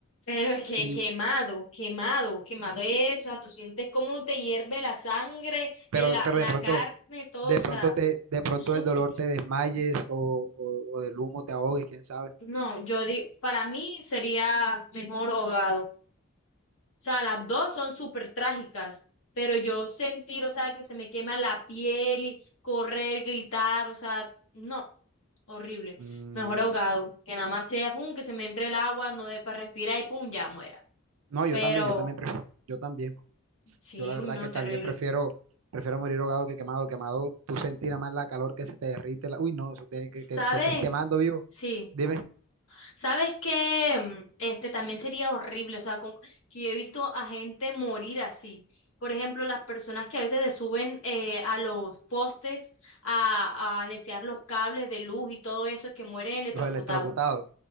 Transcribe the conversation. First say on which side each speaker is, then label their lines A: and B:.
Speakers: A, on the left; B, on the right.
A: Pero es que
B: Y,
A: quemado, quemado, quemado es, o sea, tú sientes cómo te hierve la sangre,
B: pero,
A: eh, la,
B: pero
A: la
B: de pronto,
A: carne, todo,
B: de
A: o
B: pronto
A: sea,
B: te, de pronto
A: sufres.
B: el dolor te desmayes o, o- o del humo te ahogues, quién sabe.
A: No, yo digo, para mí sería mejor ahogado. O sea, las dos son súper trágicas, pero yo sentir, o sea, que se me quema la piel y correr, gritar, o sea, no, horrible.
B: Mm,
A: Mejor ahogado, que nada más sea, pum, que se me entre el agua, no dé para respirar y pum, ya muera.
B: no, yo
A: Pero
B: también, yo también prefiero, yo también.
A: sí,
B: Yo la verdad
A: uy, no,
B: que
A: terrible.
B: también prefiero, prefiero morir ahogado que quemado. Quemado, tú sentirás más la calor que se te derrite. La... Uy, no, eso tiene que, que
A: ¿Sabes?
B: te estés quemando vivo.
A: Sí.
B: Dime,
A: ¿Sabes que mm, este también sería horrible? O sea, como que yo he visto a gente morir así. Por ejemplo, las personas que a veces se suben eh, a los postes a, a necear los cables de luz y todo eso, que mueren electrocutados.
B: los electrocutados.